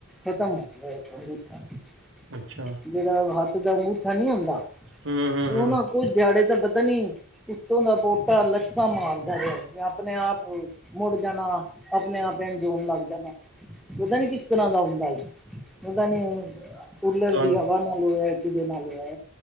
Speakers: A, in the centre; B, on the right.
A: ਖਤਮ ਹੋ ਗਿਆ ਏ <unintelligible>
B: ਅੱਛਾ।
A: ਜਿਹੜਾ ਹੱਥ ਦਾ ਅੰਗੂਠਾ ਨਹੀਂ ਹੁੰਦਾ,
B: ਹੂੰ, ਹੂੰ,
A: ਉਹ
B: ਹੂੰ
A: ਨਾ ਕੁਝ ਦਿਹਾੜੇ ਤਾਂ ਪਤਾ ਨੀ ਉਤੋਂ ਦਾ ਪੋਟਾ ਲੱਤਾਂ ਮਾਰਦਾ ਰਿਹਾ ਜ ਆਪਣੇ ਆਪ ਮੁੜ ਜਾਣਾ, ਆਪਣੇ ਆਪ ਐਣ ਜੋਣ ਲੱਗ ਜਾਣਾ, ਪਤਾ ਨੀ ਕਿਸ ਤਰ੍ਹਾਂ ਦਾ ਹੁੰਦਾ। ਪਤਾ ਨੀ ਕੁਲਰ
B: ਤੁਹਾਨੂੰ
A: ਦੀ ਹਵਾ ਨਾਲ ਹੋਇਆ, ਕਿਦੇ ਨਾਲ ਹੋਇਆ।